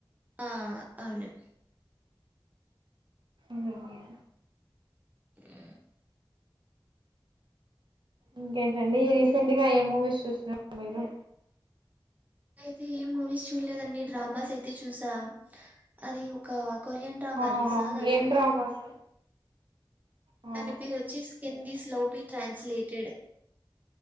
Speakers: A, on the right; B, on the right.
A: ఆ అవును
B: మ్
A: ఆ
B: ఇంకేంటండి రీసెంట్ గా ఏం మూవీస్ చూస్తున్నారు మీరు
A: అయితే ఏం మూవీస్ చూడలేదండి డ్రామాస్ అయితే చూసా అది ఒక కొరియన్ డ్రామా
B: ఆ
A: చూసా దాని
B: ఏం
A: పేరు
B: డ్రామాస్ ఆ
A: దాని పేరు వచ్చి కిందీ స్ లోబి ట్రాన్స్లేటెడ్